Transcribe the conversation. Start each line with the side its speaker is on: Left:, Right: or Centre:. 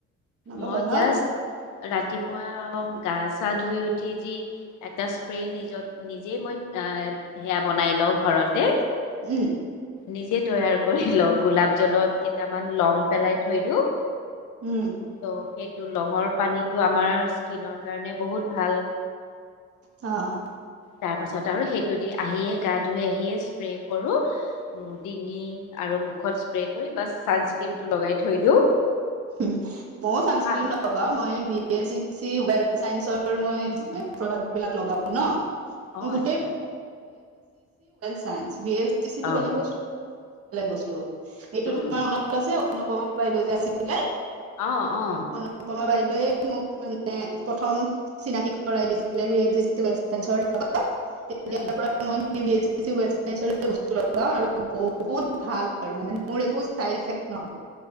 Right: নলগোৱা
Left: মই
Right: ন
Left: জাষ্ট ৰাতিপুৱা অ গা চা ধুই উঠি যি, এটা স্প্ৰে নিজ নিজে মই আহ সেয়া বনাই লওঁ ঘৰতে।
Right: উম
Left: নিজে তৈয়াৰ কৰি লওঁ গোলাপ জলত কেইটামান লং পেলাই থৈ দিওঁ।
Right: উম
Left: ত' সেইটো লঙৰ পানীটো আমাৰ স্কিনৰ কাৰণে বহুত ভাল।
Right: অহ
Left: তাৰ পাছত আৰু সেইটো দি আহিয়ে গা ধুই আহিয়ে স্প্ৰে কৰোঁ। ডিঙি আৰু মুখত স্প্ৰে কৰি বা ছানস্ক্ৰীমটো লগাই থৈ দিওঁ।
Right: উ মও চানস্ক্ৰিন
Left: আৰু
Right: লও। লও মই বি ভে এপ চি চি ৱেল চাইনচৰ ৰ মই ৱেল প্ৰডাক্ত বিলাক লগাও ন। <unintelligible>
Left: অ আচ্ছা
Right: ৱেল চাইঞ্চ
Left: অ
Right: টো বেলেগ বস্তু এইটো
Left: উম
Right: তোমাৰ মনত আছে অনুপমা বাইদেউ যে আছিলে।
Left: অ অ
Right: অনুপমা বাইদেৱে মোক মানে প্ৰথম। চিনাকি কৰাই দিছিলে লগত তেতিয়াৰ
Left: উম
Right: পৰা মই, আৰু বহুত ভাল আৰু মানে মোৰ একো চাইডফেক্ট নহয়।